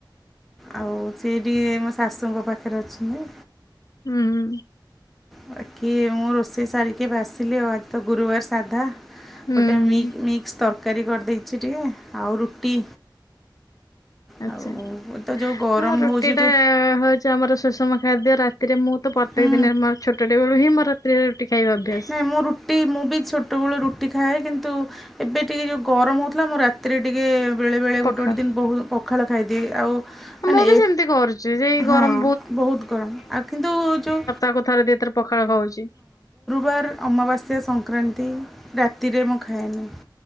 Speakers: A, in the centre; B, on the left (about 45°).
A: ଆଉ ସେ ଟିକେ ମୋ ଶାଶୁଙ୍କ ପାଖରେ ଅଛନ୍ତି।
B: ହୁଁ।
A: ବାକି ମୁଁ ରୋଷେଇ ସାରିକି ଏବେ ଆସିଲି ଆଉ ଆଜି ତ ଗୁରୁବାର ସାଧା
B: ହୁଁ
A: ଗୋଟେ ମି-ମିକ୍ସ ତରକାରୀ କରିଦେଇଛି ଟିକେ ଆଉ ରୁଟି। ଆଉ
B: ଆଛା
A: ତ ଯୋଉ ଗରମ
B: ହଁ ରୁଟି
A: ହଉଛି ଏଠି
B: ଟା ହଉଛି ଆମର ସୁଷମ ଖାଦ୍ୟ, ରାତିରେ ମୁଁ ପ୍ରତେକ
A: ହୁଁ
B: ଦିନ ମୋ ଛୋଟ ଟେ ବେଳୁ ହିଁ ମୋର ରାତିରେ ରୁଟି ଖାଇବା ଅଭ୍ୟାସ।
A: ନାଇଁ ମୁଁ ରୁଟି ମୁଁ ବି ଛୋଟ ଛୋଟବେଳୁ ରୁଟି ଖାଏ କିନ୍ତୁ ଏବେ ଟିକେ ଯେଉଁ ଗରମ ହେଉଥିଲା ମୁଁ ରାତିରେ ଟିକେ ବେଳେ ବଳେ
B: ପଖାଳ
A: ଗୋଟେ ଗୋଟେ ଦିନ ବହୁ ପଖାଳ ଖାଇ ଏ ଆଉ ମାନେ
B: ମୁଁ ବି
A: ଏ
B: ସେମିତି କରୁଛି ଯେ ଏଇ ଗରମ
A: ହଁ ବହୁତ ଗରମ, ଆଉ କିନ୍ତୁ ଯୋଉ
B: ତା କଥାରେ ଏଥର ପଖାଳ ଖାଉଛି।
A: ବାର ଅମାବାସ୍ୟା, ସଂକ୍ରାନ୍ତି, ରାତିରେ ମୁଁ ଖାଏନି।